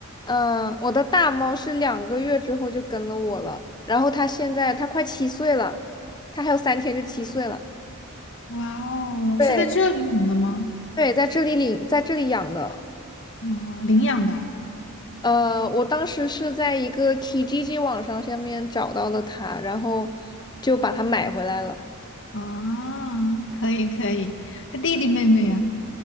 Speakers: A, on the left (about 20°); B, on the left (about 60°).
A: 嗯、我的大猫是两个月之后就跟了我了，然后它现在它快七岁了，它还有三天就七岁了。
B: 哇哦，
A: 对，
B: 是在这里养的吗？
A: 对，在这里领，在这里养的。
B: 哦，领养的
A: 呃，我当时是在一个 k G G 网上下面找到了它，然后就把它买回来了。
B: 啊，可以可以。他弟弟妹妹呀、